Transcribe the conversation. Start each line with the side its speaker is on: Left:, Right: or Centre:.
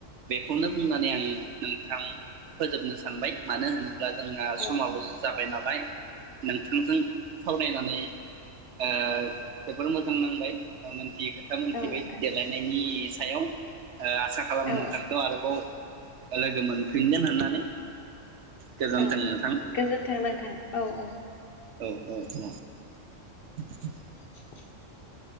Right: बेखौनो बुंनानै आं नोंथां फोजोबनो सानबाय मानो होनो ब्ला जोंहा
Left: औ
Right: समाबो जाबाइ ना बाय । नोंथांजों सावरायनानै ओ जोबोर मोजां नांबाय <unintelligible> जि खोथा मोनथिबाय
Left: नोंथां
Right: देलायनायनि सायाव ओ आसा खालामो
Left: औ
Right: नोंथांखौ आरोबाव ओ लोगो मोनफिनगोन होननानै। गोजोन्थों
Left: औ
Right: नोंथां
Left: गोजोनथां नोंथां औ औ ।
Right: औ औ । <unintelligible> <inaudible>
Left: <inaudible>